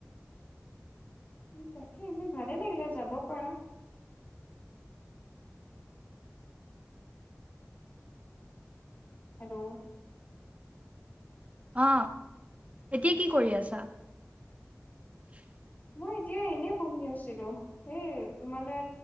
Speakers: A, on the left; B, on the right.
A: উ তাকে এনেই ভালে লাগিলে যাব পাৰা হেল্ল'
B: অ এতিয়া কি কৰি আছা হুমচ
A: মই এতিয়া এনে বহি আছিলো সেই তোমালে